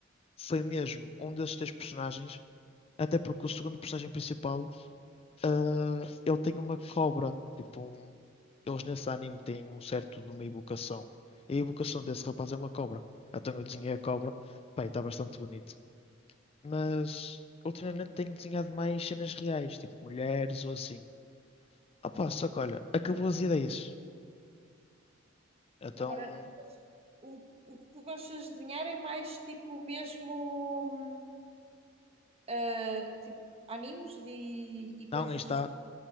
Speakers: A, on the left; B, on the right.
A: foi mesmo um desses três personagens Até porque o segundo personagem principal, ah, ele tem uma cobra. Tipo, um- eles nesse anime têm um certo de uma evocação. E a evocação desse rapaz é uma cobra. Então eu desenhei a cobra. Bem, está bastante bonito. Mas ultimamente tenho desenhado mais cenas reais, tipo mulheres ou assim. Opa, só que olha, acabou as ideias.
B: <laughs>
A: Então,
B: Agora, mas o, o que tu gostas de desenhar é mais tipo o mesmo. hum, ah, tipo, animes e, e coisas
A: não, aí está.
B: assim.